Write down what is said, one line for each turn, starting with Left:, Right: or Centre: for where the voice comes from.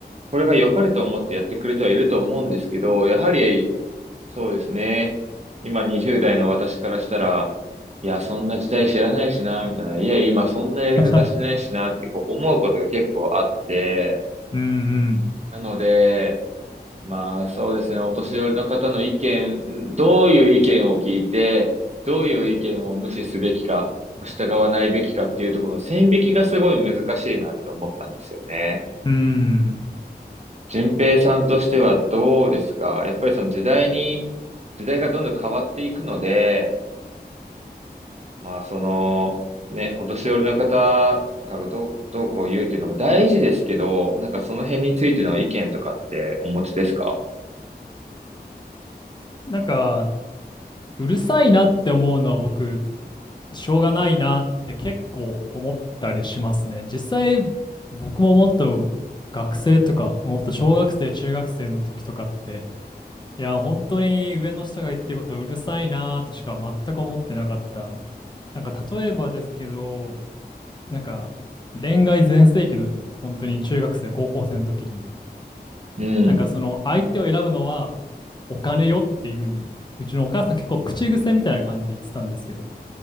Right: これが良かれと思ってやってくれてはいると思うんですけど、やはりそうですね。今20代の私からしたら、いや、そんな時代知らないしな、みたいな。いや、今そんなやり方してないしなってこう思うことが結構あって、
Left: <laughs> うんうん。
Right: なので、まあそうですね、お年寄りの方の意見、んどういう意見を聞いて、どういう意見を無視すべきか、従わないべきかっていうところの線引きがすごい難しいなって思ったんですよね。
Left: うん。
Right: 順平さんとしてはどうですかやっぱりその時代に、時代がどんどん変わっていくので、まあその、ね、お年寄りの方がどう、どうこう言うっていうのも大事ですけど、なんかその辺についての意見とかってお持ちですか
Left: なんか、うるさいなって思うのは僕、しょうがないなって結構思ったりしますね。実際、僕ももっと学生とか、もっと小学生、中学生の時とかって、いや、本当に上の人が言ってることうるさいなとしか全く思ってなかったなんか例えばですけど、なんか恋愛全盛期の本当に中学生、高校生の時に、
Right: うん。
Left: なんかその相手を選ぶのはお金よっていうふうに、うちのお母さん結構口癖みたいな感じで言ってたんですけど、